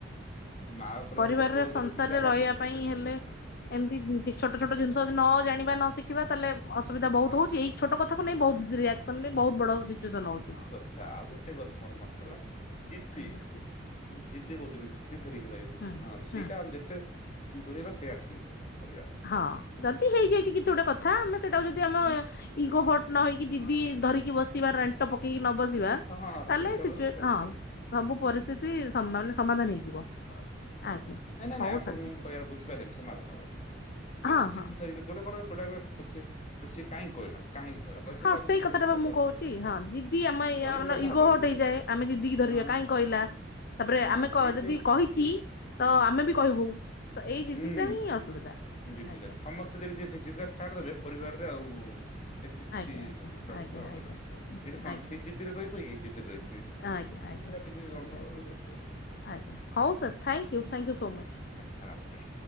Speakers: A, on the left (about 35°); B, on the left (about 55°).
A: ମା ଉପରେ
B: ପରିବାରରେ
A: ହେଲେ ତ ପୁଅ ଗୋଟେ
B: ସଂସାରରେ
A: ପିଲା ମଧ୍ୟ
B: ରହିବା ପାଇଁ ହେଲେ
A: ହଁ
B: ଏମିତି ଛୋଟ ଛୋଟ ଜିନିଷ ଯଦି ନ ଜାଣିବା ନ ଶିଖିବା ତାହେଲେ ଅସୁବିଧାହୁ ଭଉତୁ
A: ହଁ
B: ହଉଛି। ଛୋଟ କଥାକୁ ନେଇ ବହୁତ ରିଆକ୍ସନ ବି ବହୁତ ବଡ ସିଚୁଏସନ ହଉଛି।
A: ଥା ଆଉ ଗୋଟେ କଥା ମୋର ମନେ ପଡିଲା ଜିଦ୍ଦି
B: ଆଜ୍ଞା
A: ଜିଦି କହୁଛନ୍ତି ଜଦି ଧରିକି ରହିବେ
B: ହୁଁ
A: ହଁ ସେଇଟା
B: ହୁଁ
A: ଆମେ ଯେତେ ଦୂରେଇ ବା ସେଇଟା ଠିକ ହବ ପରିବା
B: ହଁ ଯଦି ହେଇଯାଇଚି କିଛି ଗୋଟେ କଥା ଆମେ ସେଟାକୁ ଯଦି ଆମ
A: ହଁ
B: ଇଗୋ ହଟ୍ ନ ହେଇ କି ଯିଦି ଧରିକି ବସିବା ରେଣ୍ଟ ପକେଇକି ନ ବସିବା
A: ସେଇଟା
B: ତାହେଲେ
A: ହଁ ସେଇଟାରେ
B: ସିଚୁଏ
A: ପ୍ରଭାବ
B: ହଁ ସବୁ ପରିସ୍ଥିତି <unintelligible> ସମାଧାନ ହେଇଯିବ।
A: ନାଇଁ-ନାଇଁ-ନାଇଁ
B: ଆଜ୍ଞା। ହଉ
A: ଆପଣଙ୍କୁ
B: ସାର୍
A: ମୁଁ କହିବାର ବୁଝି ପାରିଲେନି ସମାଧାନ ହବନି
B: ହଁ
A: ବେଶୀ ଜିଦ୍ଦି
B: ହଁ।
A: ଧରିକି ଯୋଉଟା <unintelligible> ସେ-ସେ କାଇଁ କଇଲା କାହିଁକି କହିଲା। କହି ସେଇଟା
B: ହଁ
A: ଆମେ
B: ସେଇ
A: ଜିଦି
B: କଥାଟା
A: ଧରିଲେ
B: ବା
A: ହବନି।
B: ମୁଁ କହୁଚି ହଁ ଜିଦ୍ଦି ଆମ
A: ଧରିକି ରହିଲେ
B: ଇଗୋ
A: ହବନି
B: ହଟ୍ ହେଇଯାଏ ଆମେ ଜିଦ୍ଦି କି ଧିରିବା
A: ହଁ
B: କାଇଁ କହିଲା। ତାପରେ
A: ହଁ
B: ଆମେ <unintelligible>
A: ସେଇ
B: ଯଦି
A: ସେଇ
B: କହିଚି ତ ଆମେ ବି କହିବୁ ତ ଏଇ ଜିଦ୍ଦି
A: ହୁଁ
B: ଟା ହିଁ ଅସୁବିଧା।
A: <unintelligible>
B: ଆଜ୍ଞା
A: ସମସ୍ତେ ଯଦି ଜିଦ୍ଦିଟା ଛାଡିଦବେ ପରିବାରରେ ଆଉ ଏତେ କିଛି
B: ଆଜ୍ଞା ଆଜ୍ଞା
A: <unintelligible>
B: ଆଜ୍ଞା
A: ହବନି।
B: ଆଜ୍ଞା
A: ଏଇଟା କଣ ସିଏ ଜିଦ୍ଦିରେ <unintelligible> ଇଏ ଜିଦ୍ଦିରେ ରହିଥିବେ।
B: ଆଜ୍ଞା-ଆଜ୍ଞା-ଆଜ୍ଞା-ଆଜ୍ଞା
A: ସେଇଟା ଟିକେ ଗଣ୍ଡଗୋଳ
B: ହଉ ସାର୍ ଥ୍ୟାଙ୍କୟୁ-ଥ୍ୟାଙ୍କୟୁ ସୋ ମଚ୍।
A: ଖାରପ୍ ହଲେ